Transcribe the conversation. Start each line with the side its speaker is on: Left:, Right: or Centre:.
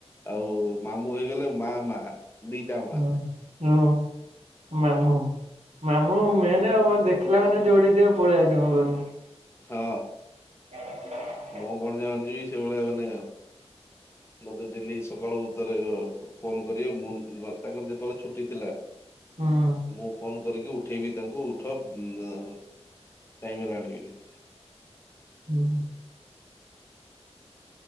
Left: ଆଉ ମାମୁଁ ହେଇଗଲେ ମା ମା। ଦିଟା ମା
Right: ହଁ ହଁ। ମାମୁଁ ମାମୁଁ ମେନ ଆଉ ଦେଖିଲା ମାନେ ଯୋଉଠି ଥିବ ପଳେଇ ଆସିବ ମୋ ପାଖକୁ।
Left: ହଁ।
Right: <inaudible>
Left: ମୋ ଭଣଜା ଭାଣିଜି ବି ସେଇଭଳିଆ ମାନେ ମତେ ଡେଲି ସକାଳୁତରେ ଫୋନ କରିବେ ମୁ ତାଙ୍କର ଯେତେ ବେଳେ ଛୁଟି ଥିଲା
Right: ହଁ।
Left: ମୁଁ ଫୋନ କରିକି ଉଠେଇବି ତାଙ୍କୁ ଉଠ ଟାଇମ ହେଲାଣି ବଲି।
Right: ହୁଁ।